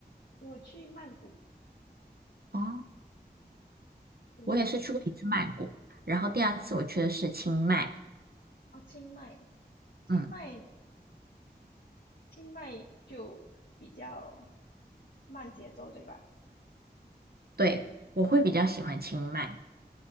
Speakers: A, on the left (about 70°); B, on the right (about 65°).
A: 我去曼谷，
B: 哦，
A: 就是
B: 我也是去过一次曼谷，然后第二次我去的是清迈。
A: 哦，清迈，清迈，
B: 嗯，
A: 清迈就比较慢节奏，对吧？
B: 对，我会比较喜欢清迈。